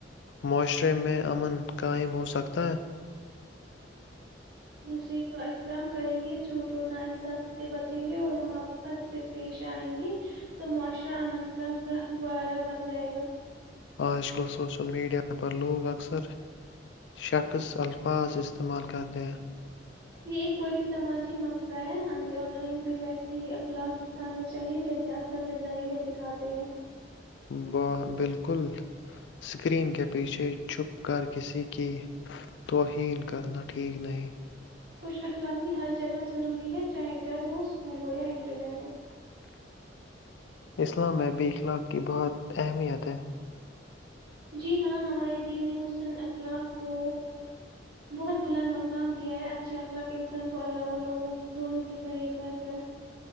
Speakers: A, on the left (about 70°); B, on the right (about 60°).
A: معاشرے میں امن قائم ہو سکتا ہے
B: کو احترام کریں گے جھوٹ اور ناانصافی سے بچیں گے اور محبت سے پیش آئیں گے تو معاشرہ امن کا گہوارہ بن جائے گا
A: آج کل سوشل میڈیا پر لوگ اکثر شخص الفاظ استعمال کرتے ہیں
B: یہ ایک بڑی سماجی مسئلہ ہے ہمیں آن لائن بھی ویسے ہی اخلاق دکھانے چاہیے جیسے اصل زندگی میں دکھاتے ہیں
A: ب بالکل سکرین کے پیچھے چھپ کر کسی کی توہین کرنا ٹھیک نہیں
B: خوش اخلاقی ہر جگہ ضروری ہے چاہے گھر ہو سکول ہو یا انٹرنیٹ ہو
A: اسلام میں بھی اخلاق کی بہت اہمیت ہے
B: جی ہاں ہمارے دین حسن اخلاق کو بہت بلند مقام دیا ہے اچھے اخلاق انسان کو اللہ اور لوگوں دونوں کے قریب پر